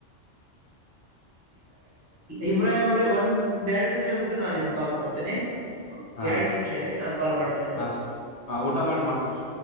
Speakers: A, on the right; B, on the left.
A: ಇಬ್ರಾಹಿಮ ಅವ್ರೇ ಒಂದ್ ಎರಡ್ ನಿಮಿಷ ಬಿಟ್ಟು ನಾನ್ ನಿಮಗೆ ಕಾಲ್ ಮಾಡ್ತೇನೆಿ
B: ಹಾ
A: ಎರಡ್
B: ಸರ್
A: ನಿಮಿಷ ರೀ ನಾು ಕಾಲ್ ಮಾಡ್ತೇನೆ ನಿಮಗೆ
B: ಹಾ ಸರ್ ಹಾ ಊಟ ಮಾಡಿ ಮಾಡ್ತೀವಿ ಸರ್